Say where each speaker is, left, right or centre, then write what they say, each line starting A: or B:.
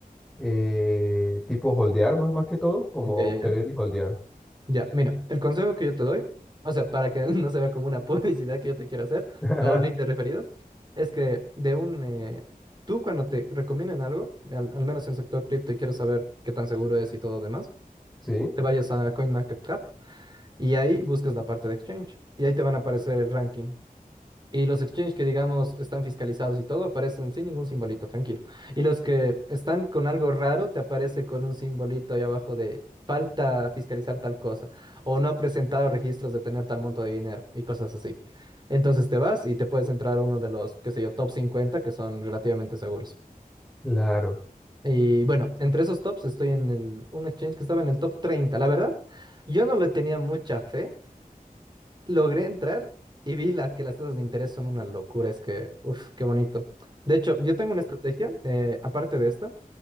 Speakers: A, in the centre; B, on the right.
A: eh, tipo holdear más, más que todo, como
B: Ya,
A: obtener
B: ya, ya.
A: y holdear.
B: Ya, mira, el consejo que yo te doy, o sea, para que <laughs> no se vea como una publicidad que yo te quiero hacer
A: <laughs>
B: o un link de referidos, es que de un... eh, tú cuando te recomienden algo, al, al menos en sector cripto y quieres saber qué tan seguro es y todo demás,
A: Sí,
B: te vayas a CoinMarketCap Y ahí buscas la parte de exchange. Y ahí te van a aparecer el ranking. Y los exchanges que, digamos, están fiscalizados y todo, aparecen sin ningún simbolito, tranquilo. Y los que están con algo raro, te aparece con un simbolito ahí abajo de falta fiscalizar tal cosa. O no ha presentado registros de tener tal monto de dinero y cosas así. Entonces te vas y te puedes entrar a uno de los, qué sé yo, top 50 que son relativamente seguros.
A: claro.
B: Y bueno, entre esos tops estoy en el, un exchange que estaba en el top treinta La verdad, yo no le tenía mucha fe logré entrar y vi la- que las tasas de interés son una locura. Es que, uff, qué bonito. De hecho, yo tengo una estrategia, eh, aparte de esta,